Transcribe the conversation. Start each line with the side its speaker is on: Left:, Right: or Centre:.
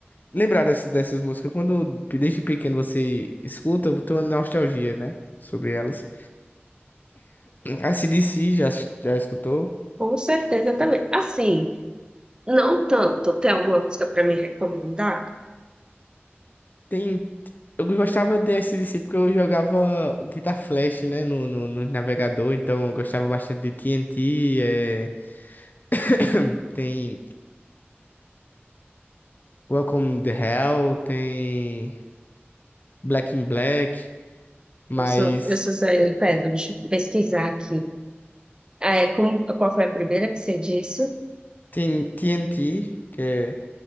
Left: lembrar dessas, dessas músicas. Quando desde pequeno você escuta, tem uma nostalgia, né, sobre elas. A C D C já já escutou?
Right: com certeza também. Assim, não tanto. Tem alguma música pra me recomendar?
Left: Tem eu gostava de D C porque eu jogava Guitar Flash, né, no, no, no navegador, então eu gostava bastante de T TNT, é, <coughs> <clears throat> tem Welcome the Hell, tem Black in Black, mas
Right: Eu sou, eu sou Zé, pera, deixa eu pesquisar aqui. Ah, é, como, qual foi a primeira que você disse?
Left: tem TNT, que é